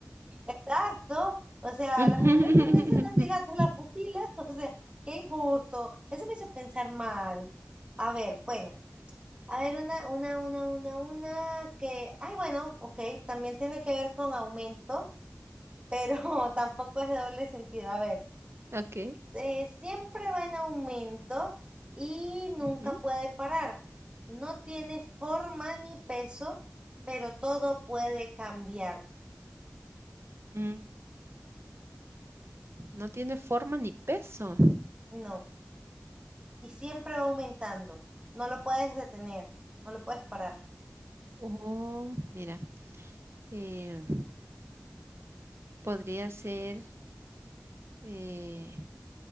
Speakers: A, on the right; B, on the right.
A: exacto, o sea,
B: <laughs>
A: las mujeres también se nos dilatan las pupilas, <laughs> o sea, qué injusto, eso me hizo pensar mal. A ver, bueno. A ver, una, una, una, una, una que, ay, bueno, ok, también tiene que ver con aumento, pero <laughs> tampoco es de doble sentido. A ver,
B: Ok.
A: eh, siempre va en aumento y nunca
B: Ujú.
A: puede parar. No tiene forma ni peso, pero todo puede cambiar.
B: Mm, No tiene forma ni peso.
A: No, y siempre va aumentando. No lo puedes detener, no lo puedes parar.
B: Oh, mira. eh, podría ser. eh,